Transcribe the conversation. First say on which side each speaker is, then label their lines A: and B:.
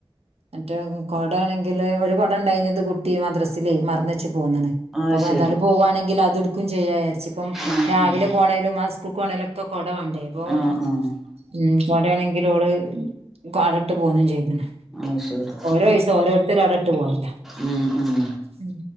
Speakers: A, on the right; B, in the centre.
A: മറ്റേ കൊടേണെങ്കില് ഒര്കൊട ഇണ്ടായിന്നത് കുട്ടി മദ്രസിലൈ മറന്ന് വെച്ച് പോന്ന്ണ്
B: അത്
A: പവ്വതാലും
B: ശരി
A: പോവാണെങ്കില് അത് ഇട്ക്കും ചെയ്യാവിചാരിച്ച് ഇപ്പം
B: ആഹ്
A: രാവിലെ
B: ആഹ്
A: പോണേലും ആഹ് സ്കൂക്ക് ഓണേലും കൊ കൊടവാണ്ടേ ഇപ്പോം
B: ആഹ് ആഹ്
A: ഉം കൊടേണെങ്കില് ഓള് കാടട്ട് പോന്നും ചൈതിന്
B: അത് ശരി
A: ഓരോയീസം ഓരോര്ത്തര് അവെടെട്ട് പോരലാ
B: ഉം ഉം
A: ഉം